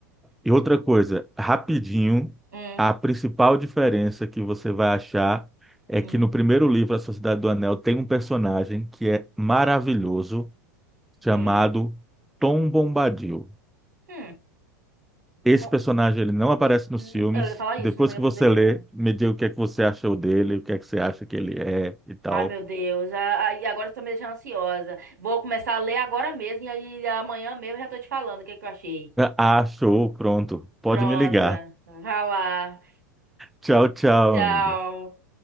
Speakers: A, in the centre; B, on the right (about 75°).
A: e outra coisa, rapidinho,
B: Hum,
A: a principal diferença que você vai achar é
B: hum,
A: que no primeiro livro, A Sociedade do Anel, tem um personagem que é maravilhoso, chamado
B: hum.
A: Tom Bombadil.
B: Hum.
A: Esse
B: Não-
A: personagem ele não aparece nos
B: hum,
A: filmes.
B: eu ia falar isso,
A: Depois
B: não lembro
A: que você
B: dele,
A: lê,
B: não.
A: me diga o que é que você achou dele, o que é que você acha que ele é e tal.
B: Ai, meu Deus. a- a- E agora você tá me deixando ansiosa. Vou começar a ler agora mesmo, e aí amanhã mesmo eu já tô te falando o que que eu achei.
A: Ah, show, pronto. Pode
B: Pronta.
A: me ligar.
B: Vá lá.
A: Tchau, tchau,
B: Tchau.
A: amiga.